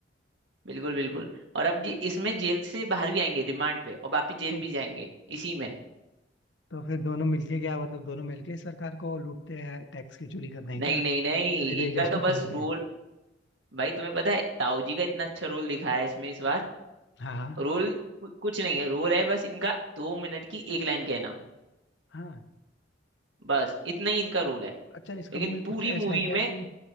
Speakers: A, on the right; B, on the left.
A: बिल्कुल बिल्कुल और अब जी इसमें जेल से बाहर भी आएंगे रिमांड पे और वापिस जेल
B: तो
A: भी जाएंगे इसी में
B: तो फिर दोनों मिलके क्या मतलब दोनों मिलके सरकार को लूटते हैं टैक्स की चोरी करते हैं
A: नहीं
B: क्या
A: नहीं नहीं
B: हृदय
A: इनका
B: देशमुख
A: तो बस
B: मिलके
A: रोल भाई तुम्हें पता है ताऊ जी का इतना अच्छा रोल दिखाया है इसमें इस बार
B: हाँ हाँ
A: रोल कुछ नहीं है रोल है बस इनका दो मिनट की एक लाइन कहना
B: हाँ
A: बस इतना ही इनका रोल है
B: अच्छा इसका
A: लेकिन
B: मूवी कुछ
A: पूरी
B: ऐसा
A: मूवी
B: है क्या
A: में
B: कि